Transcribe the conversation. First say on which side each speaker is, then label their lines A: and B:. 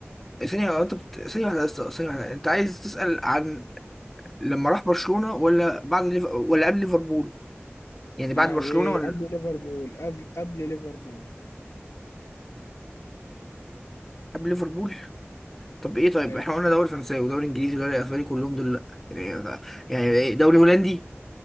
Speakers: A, in the centre; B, on the left.
A: ثانية هو انت بت... ثانية واحدة بس ثانية واحدة انت عايز تسأل عن لما راح برشلونة ولا بعد ليف... ولا قبل ليفربول يعني
B: يا
A: بعد برشلونة
B: هوي
A: ولا
B: قبل ليفربول قبل قبل ليفربول
A: قبل ليفربول طب ايه طيب
B: ايوه
A: احنا قلنا دوري فرنساوي ودوري انجليزي ودوري اسباني كلهم دول لا يعني ده- يعني ايه دوري هولندي